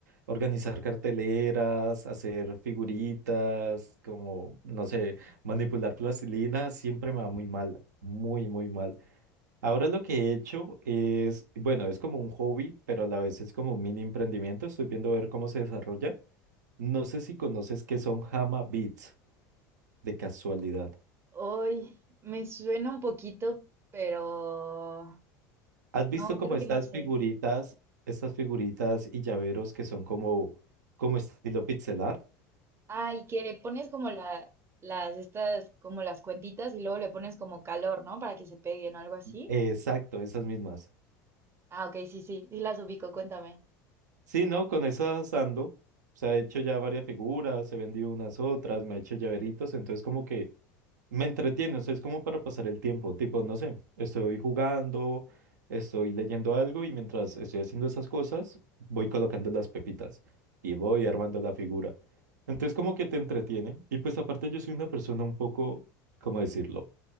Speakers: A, on the right (about 85°); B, on the right (about 30°).
A: organizar carteleras, hacer figuritas, como, no sé, manipular plastilina, siempre me va muy mal, muy, muy mal. Ahora lo que he hecho es, bueno, es como un hobby, pero a la vez es como un mini emprendimiento. Estoy viendo a ver cómo se desarrolla. No sé si conoces que son Hama Beats, de casualidad.
B: Hoy me suena un poquito, pero
A: ¿Has visto
B: no,
A: como
B: creo
A: estas
B: que no sé.
A: figuritas, estas figuritas y llaveros que son como, como estilo pixelar?
B: Ah, y que le pones como la, las, estas, como las cuentitas y luego le pones como calor, ¿no? Para que se peguen o algo así.
A: Exacto, esas mismas.
B: Ah, ok, sí, sí, sí las ubico, cuéntame.
A: Sí, ¿no? Con esas ando. Se ha hecho ya varias figuras, he vendido unas otras, me ha hecho llaveritos, entonces como que me entretiene, o sea, es como para pasar el tiempo, tipo, no sé, estoy jugando, estoy leyendo algo y mientras estoy haciendo esas cosas, voy colocando las pepitas y voy armando la figura. Entonces como que te entretiene y pues aparte yo soy una persona un poco, ¿cómo decirlo?